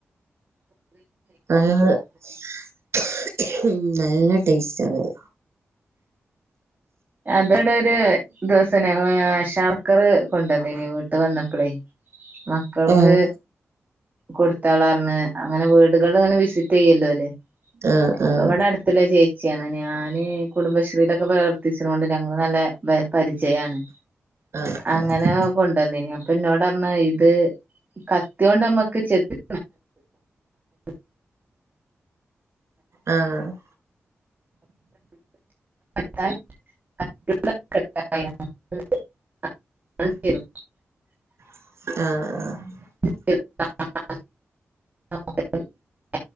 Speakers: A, on the right; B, on the right.
A: ആഹ് <inaudible> ഹ്മ്മ് നല്ല ടേസ്റ്റാനത്.
B: അതോടൊ ഒര് ദിവസം ഞങ്ങള് ആഷാവർക്കറ് കൊണ്ടന്നിനി വീട്ട് വന്നപ്പളേ മക്കൾക്ക്
A: ആഹ്
B: കൊടുത്താളറ്ന്നെ അങ്ങനെ വീടുകള് അങ്ങനെ വിസിറ്റയ്യല്ലോലെ
A: ആഹ്
B: അപ്പൊ
A: ആഹ്
B: ഇവിടെ അട്ത്ത്ള്ള ചേച്ചിയാണ് ഞാന് കുടുംബശ്രീയിലൊക്കെ പ്രവർ എത്തിച്ച്നോണ്ട് ഞങ്ങള് നല്ലെ പരിചയാണ്.
A: ആഹ് ആഹ്
B: അങ്ങനെ കൊണ്ടന്നീനി അപ്പം ഇന്നോടറഞ്ഞെ ഇത് കത്തിയോണ്ട് നമ്മക്ക് ചെത്തി <unintelligible> <inaudible>
A: ആഹ് <inaudible>
B: <unintelligible> <unintelligible>
A: ആഹ്, ആഹ്
B: <inaudible>